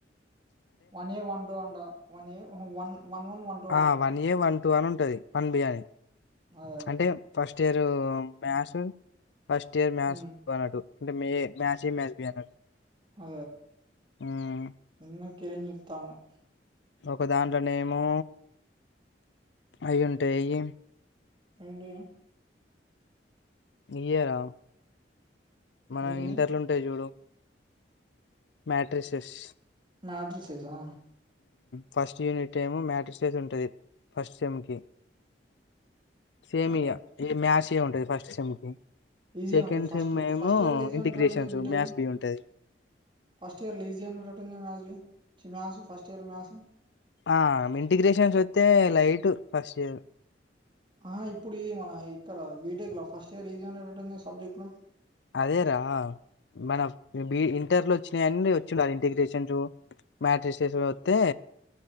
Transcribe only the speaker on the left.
ఆ వన్ ఏ వన్ టు అని ఉంటది వన్ బి అనీ
అంటే first first year maths first year maths
వాడు అంటే మీ మ్యాస్ ఎ మ్యాస్ బి <inaudible>
హ్మ్.
ఒక దాంట్లోనేమో అవి ఉంటాయి అయి
ఇయే రా మనం
ఇంటర్లు ఉంటాయి చూడు మాట్రిసిస్
ఫస్ట్ యూనిట్ ఏమో మ్యాట్రసెస్ ఉంటది ఫస్ట్ సెమ్ కి సేమ్
ఇగ మ్యాస్ ఎ ఉంటది ఫస్ట్ సెమ్ కి
సెకండ్
ధీమ్ ఏమో
ఇంటిగ్రేషన్స్
మ్యాథ్స్ బి ఉంటది
ఆ ఇంటిగ్రేషన్స్స్తే తే లైట్ ఫస్ట్ ఇయర్
అదేరా మన బి ఇంటర్ లో వచ్చినా అన్నీ వచ్చుండది ఇంటిగ్రేషన్స్ మ్యాట్రి శేషు వత్తే